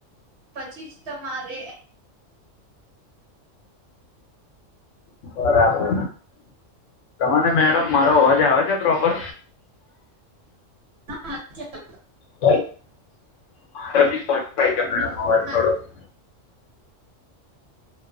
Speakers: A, on the right; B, on the left.
A: પછી જ તમારે
B: બરાબર તને મેડમ મારો અવાજ આવે છે પ્રોપર
A: હા ચાલ
B: <unintelligible>
A: હલો ના